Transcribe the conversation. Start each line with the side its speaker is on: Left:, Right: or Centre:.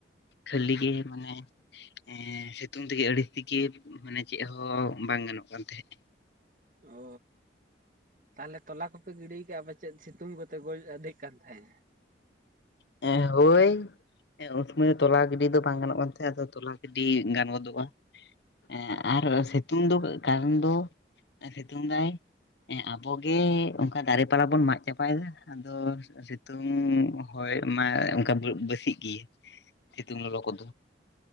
Left: ᱠᱷᱟᱹᱞᱤ ᱜᱮ ᱢᱟᱱᱮ ᱮᱸ ᱥᱤᱛᱩᱝ ᱛᱮᱜᱮ ᱟᱹᱲᱤ ᱥᱮᱜᱮ ᱢᱟᱱᱮ ᱪᱮᱜ ᱦᱚ ᱵᱟᱝ ᱜᱟᱱᱚᱜ ᱠᱟᱱ ᱛᱟᱦᱮᱸᱜ᱾
Right: ᱚᱻ ᱛᱟᱦᱚᱞᱮ ᱛᱚᱞᱟ ᱠᱚᱯᱮ ᱜᱤᱰᱤ ᱠᱟᱜ-ᱟ ᱯᱟᱪᱮᱫ ᱥᱤᱛᱩᱝ ᱠᱚᱼ ᱛᱮ ᱜᱚᱡ ᱟᱹᱫᱷᱤᱜ ᱠᱟᱱ ᱛᱟᱦᱮᱸᱜᱼᱟ?
Left: ᱮᱸ ᱦᱳᱭ᱾ ᱦᱮᱸ ᱩᱱ ᱥᱳᱢᱟᱹᱭ ᱛᱚᱞᱟ ᱜᱤᱰᱤ ᱫᱚ ᱵᱟᱝ ᱜᱟᱱᱚᱜ ᱠᱟᱱ ᱛᱟᱦᱮᱸᱜᱼᱟ, ᱟᱫᱚ ᱛᱚᱞᱟ ᱜᱤᱰᱤ ᱜᱟᱱ ᱜᱚᱫᱚᱜ-ᱟ᱾ ᱮᱸ ᱟᱨᱚ ᱥᱤᱛᱩᱝ ᱫᱚ ᱠᱟᱨᱚᱱ ᱫᱚ ᱮᱸ ᱥᱤᱛᱩᱝ ᱮᱫᱟᱭᱼᱼ ᱮᱸ ᱟᱵᱚ ᱜᱮ ᱚᱸᱠᱟ ᱫᱟᱨᱮ ᱯᱟᱲᱟ ᱵᱚᱱ ᱢᱟᱜ ᱪᱟᱵᱟ ᱭᱮᱫᱟ, ᱟᱫᱚᱼᱚ ᱥᱤᱛᱩᱝᱼᱼ ᱦᱳᱭ ᱢᱟᱭ ᱚᱸᱠᱟ ᱵᱟᱹᱜ ᱵᱟᱹᱥᱤᱜ ᱜᱤ, ᱥᱤᱛᱩᱝ ᱞᱚᱞᱚ ᱠᱚᱫᱚ᱾